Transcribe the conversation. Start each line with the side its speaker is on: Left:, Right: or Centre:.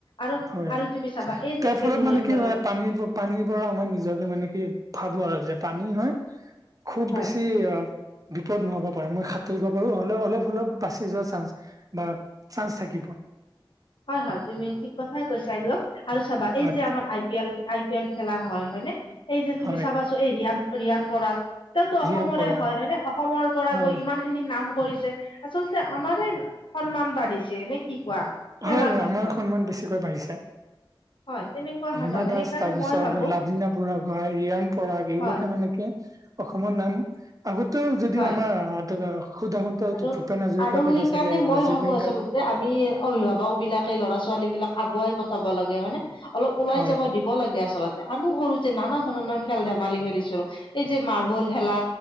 Left: আৰু
Right: হয়।
Left: আৰু তুমি চাবা এই
Right: তাৰ
Left: যে খেলুৱৈ
Right: ফলত মানে
Left: ধৰ
Right: কি হয় পানী পানীৰ পৰা আমাৰ নিজকে মানে কি ভাবো আৰু যে পানী হয় খুব
Left: হয়
Right: বেছি অ বিপদ নহব পাৰে মই সাঁতৰিব পাৰো হলে অলপ অলপ বাচি যোৱা চানস বা চান্স থাকিব
Left: হয় হয় তুমি ঠিক কথাই কৈছে এইটো আৰু চাবা
Right: হয়
Left: এই যে আমাৰ I P L, I P L খেলা হয় নে এই যে তুমি
Right: হয়
Left: চাবাচো এই ৰিয়ান ৰিয়ান পৰাগ তেওঁতো
Right: ৰিয়ান
Left: অসমৰে
Right: পৰাগ
Left: হয় হয় নে অসমৰ পৰা
Right: হয়
Left: গৈ ইমান ইমান খিনি নাম কৰিছে আচলতে আমাৰে সন্মান বাঢ়িছে নে কি কোৱা খেলাৰ
Right: হয় হয়
Left: ক্ষেত্ৰত
Right: আমাৰ সন্মান বেছিকৈ বাঢ়িছা
Left: হয় তেনেকুৱা
Right: হিমা
Left: ধৰণে
Right: দাস
Left: সেইকাৰণে
Right: তাৰ পিছত
Left: মই ভাবো
Right: লাভলীনা বুঢ়াগোহাঁই, ৰিয়ন পৰাগ এইবিলাকে
Left: হয়
Right: মানে কে অসমৰ নাম আগতেও যদিও
Left: হয়
Right: আমাৰ সুদাকন <unintelligible>
Left: আৰু
Right: ভূপেন হাজৰিকা
Left: আৰু সেইকাৰণে
Right: দেৱ আছিলে
Left: মই
Right: বা
Left: ভাবো
Right: জুবিন
Left: আচলতে
Right: গাৰ্গ
Left: আমি অভিভাৱক বিলাকে লৰা ছোৱালীবিলাক আগুৱাই পঠাব লাগে হয় নে অলপ ওলাই
Right: হয়
Left: যাব দিব দিব লাগে আচলতে আমিও সৰুতে নানা ধৰণৰ খেল ধেমালি খেলিছিলো এই যে মাৰ্বল খেলা